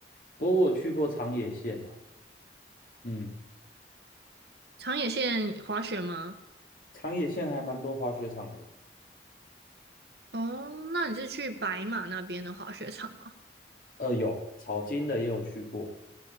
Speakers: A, on the left; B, on the right.
A: 不过我去过长野县啊。嗯，
B: 长野县滑雪吗？
A: 长野县还蛮多滑雪场的，
B: 哦，那你是去白马那边的滑雪场吗？
A: 呃，有草金的也有去过。